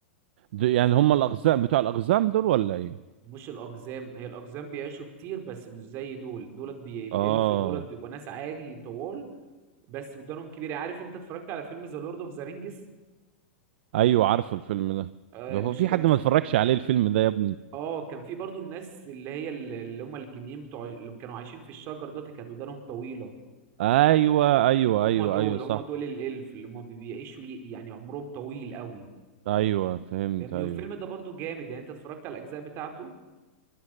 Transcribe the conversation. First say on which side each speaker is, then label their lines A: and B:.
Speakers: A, on the right; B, on the right.
A: د- يعني هم الاقزام بتوع الاقزام دول ولا ايه
B: مش الاقزام هي الاقزام بيعيشوا كتير بس مش زي دول دولت بي... الالف
A: اه
B: دولت بيبقوا ناس عادي طوال بس ودانهم كبيره عارف انت اتفرجت على فيلم ذا لورد اوف ذا رينجز؟
A: ايوه عارف الفيلم ده
B: آه،
A: ده هو
B: مش
A: في
B: كان
A: حد
B: في
A: ما اتفرجش عليه الفيلم ده يا ابني
B: اه كان في برضو الناس اللي هي ال- اللي هم الجنيين بتوع اللي كانوا عايشين في الشجر دول كانت ودانهم طويلة
A: ايوه ايوه
B: فهم
A: ايوه
B: دول
A: ايوه صح
B: هم دول الالف اللي هم بي- بيعيشوا ي- يعني عمرهم طويل قوي
A: ايوه فهمت
B: فاهمني
A: ايوه
B: والفيلم ده برضو جامد يعني انت اتفرجت على الاجزاء بتاعته